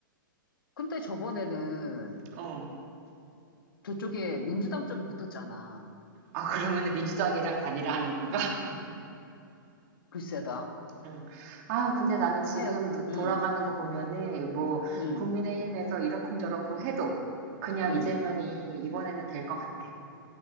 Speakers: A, on the left (about 80°); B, on the right (about 45°).
A: 근데 저번에는
B: 어.
A: 저쪽에 민주당 쪽에 붙었잖아.
B: 아, 그러면은 민주당이랑 단일화 하는 건가? <laughs>
A: 글쎄다.
B: 응. 아, 근데 나는 지금
A: 하여튼,
B: 도- 돌아가는
A: 응,
B: 거 보면은 뭐
A: 응,
B: 국민의힘에서 이러쿵저러쿵 해도 그냥
A: 응.
B: 이재명이 이번에는 될 것 같아.